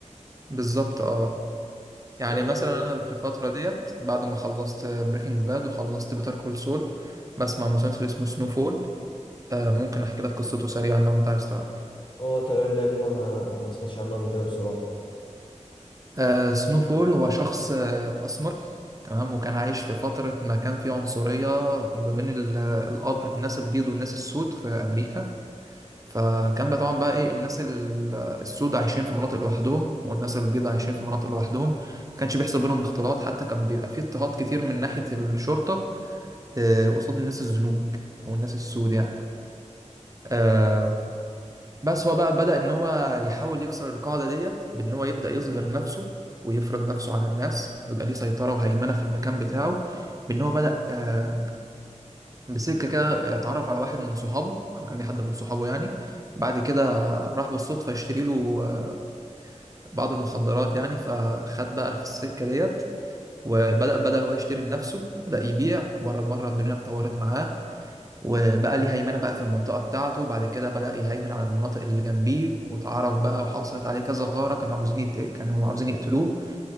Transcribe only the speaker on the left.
يعني
أه تمام لأن أنا ما ما سمعتش عنه قبل كده بصراحة